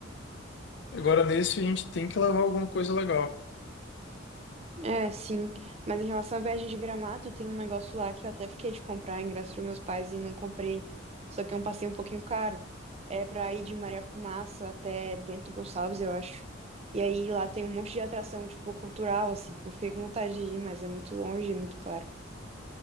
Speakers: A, on the left (about 60°); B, on the right (about 30°).
A: Agora nesse a gente tem que levar alguma coisa legal.
B: É, sim. Mas em relação à viagem de Gramado, tem um negócio lá que eu até fiquei de comprar ingresso para meus pais e não comprei. Só que é um passeio um pouquinho caro. É para ir de Maria Fumaça até Bento Gonçalves, eu acho. E aí lá tem um monte de atração, tipo, cultural, assim. Eu fiquei com vontade de ir, mas é muito longe e muito caro.